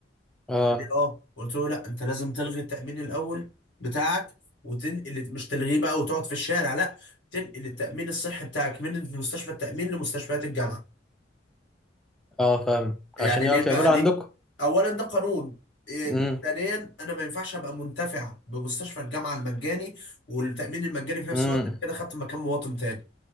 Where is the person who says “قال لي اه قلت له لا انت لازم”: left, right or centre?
Left